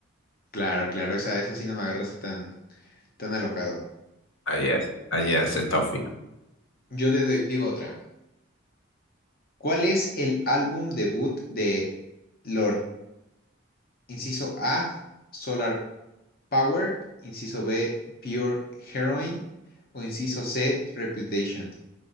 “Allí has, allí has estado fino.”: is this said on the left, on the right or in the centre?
Left